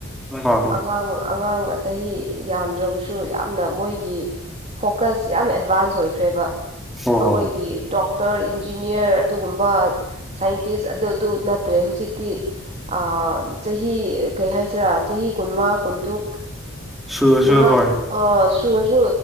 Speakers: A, in the centre; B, on the right.
A: ꯍꯣꯏ ꯍꯣꯏ
B: ꯑꯉꯥꯡ ꯑꯉꯥꯡ ꯆꯍꯤ ꯌꯥꯝꯗ꯭ꯔꯕꯁꯨ ꯌꯥꯝ ꯌꯥꯝꯅ ꯃꯣꯏꯒꯤ ꯐꯣꯀꯁ ꯌꯥꯝ ꯑꯦꯗꯚꯥꯟꯁ ꯑꯣꯏꯈ꯭ꯔꯦꯕ
A: ꯍꯣꯏ
B: ꯑꯩꯈꯣꯏꯒꯤ
A: ꯍꯣꯏ ꯍꯣꯏ
B: ꯗꯣꯛ ꯗꯣꯛꯇꯔ ꯏꯟꯖꯤꯅꯤꯌꯥꯔ ꯑꯗꯨꯒꯨꯝꯕ ꯁꯥꯏꯟꯇꯤꯁ ꯑꯗꯨ ꯑꯗꯨ ꯅꯠꯇ꯭ꯔꯦ ꯍꯧꯖꯤꯛꯇꯤ ꯑ ꯆꯍꯤ ꯀꯩ ꯍꯥꯏꯁꯤꯔꯥ ꯆꯍꯤ ꯀꯨꯟꯃꯥ ꯀꯨꯟꯇꯔꯨꯛ
A: ꯁꯨꯔꯁꯨ
B: ꯅꯍꯥꯟ
A: ꯍꯣꯏ
B: ꯑ ꯁꯨꯔꯁꯨ